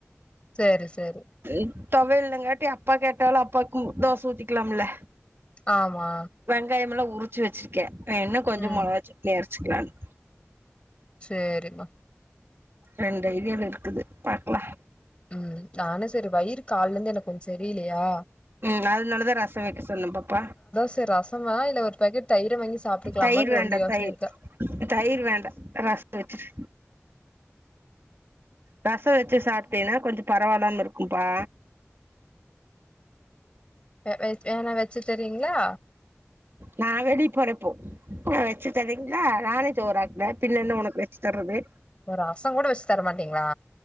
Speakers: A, on the left (about 25°); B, on the right (about 55°).
A: செரி செரி
B: இப்பவே இல்லங்காட்டி அப்பா கேட்டாலு அப்பாக்கும் தோச ஊத்திக்லாம்ல
A: ஆமா
B: வெங்காயமெல்லா உரிச்சு வெச்சிருக்கே வேணுனா கொஞ்சோ
A: ம்
B: மொளகா சட்னி அரச்சுக்லான்னு
A: சேரிமா
B: ரெண்டு ஐடியாவுல இருக்குது பாக்கலா
A: ம் நானு செரி வயிறு கால்லருந்து எனக்கு கொஞ்ச செரியில்லையா
B: நா அதுனால தா ரச வெக்க சொன்னே எ பாப்பா
A: செரி ரசமா இல்ல ஒரு பாக்கெட் தயிர வாங்கி சாப்ட்டுக்கலாமான்னு
B: தயிர் வேண்டா
A: ரெண்டு யோசன
B: தயிர்
A: இருக்கு
B: தயிர் வேண்டா ரச வச்சுரு ரச வச்சு சாப்ட்டீனா கொஞ்ச பரவால்லாம இருக்கும்பா
A: அ <inaudible> வேணா வச்சு தரீங்ளா
B: நா வெளிய போறே இப்போ ஆ வச்சு தரீங்ளா நானே சோறாக்குனா பின்ன என்ன ஒனக்கு வச்சு தர்றது
A: ஒரு ரச கூட வச்சு தர மாட்டீங்ளா